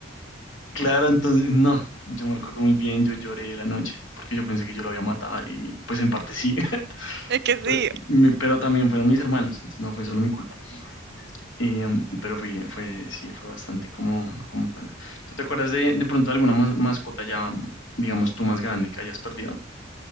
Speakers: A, on the left; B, on the right.
A: Claro, entonces, no, yo me acuerdo muy bien, yo lloré la noche porque yo pensé que yo lo había matado y pues en parte sí, <laughs>
B: es que sí.
A: Fue- me- pero también fueron mis hermanos, entonces no fue solo mi culpa. Y, um, pero fui, fue, sí, fue bastante como, como tal. ¿Tú te acuerdas de, de pronto alguna ma- mascota ya, digamos, tú más grande que hayas perdido?